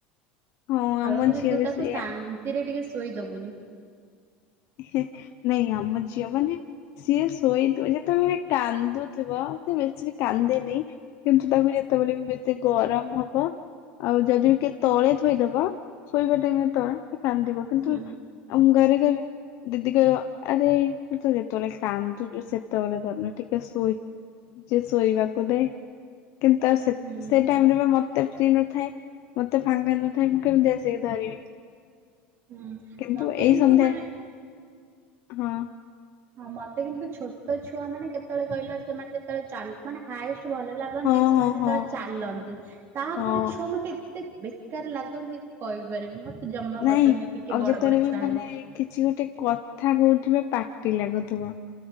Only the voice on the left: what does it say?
ହଁ
ଆମ
ଝିଅ
ବି
ସେଇଆ।
ହେଁ ନାଇଁ ଆମ ଝିଅ ମାନେ ସିଏ ଶୋଇଥିବ ଯେତେବେଳେ ବି କାନ୍ଦୁଥିବ ସେ ବେଶୀ କାନ୍ଦେନି କିନ୍ତୁ ତାକୁ ଯେତେବେଳେ ବି ବେଶୀ ଗରମ ହବ ଆଉ ଯଦି ବି କିଏ ତଳେ ଥୋଇଦବ ଶୋଇବା ଟାଇମ୍ ରେ ତଳେ କାନ୍ଦିବ କିନ୍ତୁ
ଆମ ଘରେ କହିବେ ଦିଦି କହିବ ଆରେ ସେ ତ ଯେତେବେଳେ କାନ୍ଦୁଛୁ ସେତେବେଳେ ଧନୁ ଟିକେ ଶୋଇ ଟିକେ ଶୋଇବାକୁ ଦେ। କିନ୍ତୁ ଆଉ ସେ
ସେ ଟାଇମ୍ ରେ ବି ମୋ ତେ ଫ୍ରି ନଥାଏ ମତେ ଫାଙ୍କା ନଥାଏ ମୁଁ କେମିତି ଆସିକି ଧରିବି।
କିନ୍ତୁ
ଏଇ
ସନ୍ଧ୍ୟା
ହଁ।
ହଁ
ହଁ
ହଁ
ହଁ
ନାଇଁ
ଆଉ
ଯେତେବେଳେ
ବି
ମାନେ
କିଛି ଗୋଟେ କଥା କଉଥିବେ ପାଟି ଲାଗୁ ଥିବ।